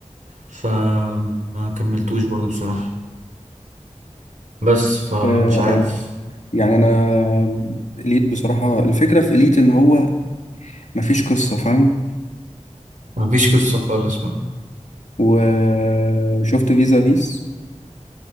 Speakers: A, on the right; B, on the left.
A: فما كملتوش برضو بصراحه بس فمش
B: اه
A: عارف
B: آه. يعني انا اليت بصراحه الفكره في اليت ان هو مفيش قصه فاهم
A: مفيش قصه خالص بقى
B: وشفت فيزا فيس